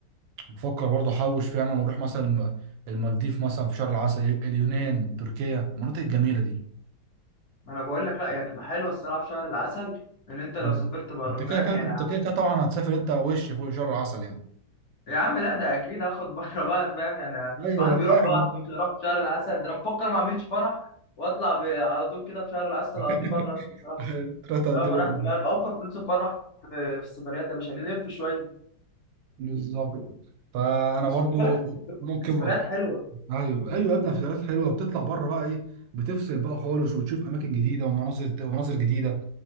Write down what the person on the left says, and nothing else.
ما انا بقول لك لا هي هتبقى حلوه الصراحه في شهر العسل ان انت لو
سافرت بره
فاهم
يعني
ع-
يا عم لا ده اكيد هاخد <laughs> بره بقى فاهم يعني
الواحد
بيروح
لوحده مش هيروح في شهر العسل ده انا بفكر ما اعملش فرح واطلع ب- على طول كده في شهر العسل
اقضيه بره أصلاً الصراحه
فاهم
وراح دماغي اوفر فلوس الفرح في في السفريات يا باشا نلف شويه
بس
خد بالك
السفريات حلوه